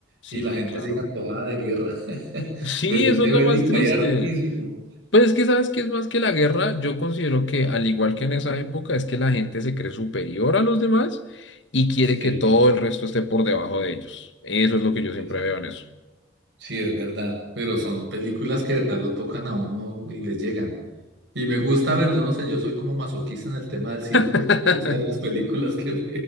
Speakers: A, on the right (about 65°); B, on the left (about 70°).
A: y
B: Sí,
A: la gente
B: claro.
A: sigue antojada de guerra, <laughs>
B: <laughs> Sí,
A: de cine
B: eso es lo
A: bélico
B: más triste.
A: hay hartísimo.
B: Pues es que sabes que es más que la guerra, yo considero que al igual que en esa época es que la gente se cree superior a los demás y quiere
A: Sí,
B: que todo el resto esté por debajo de ellos. Eso es lo que yo siempre
A: es-
B: veo en eso.
A: sí, es verdad, pero son películas que de verdad lo tocan a uno y le llegan. Y me gusta ver, yo no sé, yo soy como masoquista en el tema del cine
B: <laughs>
A: porque me gustan las películas que me,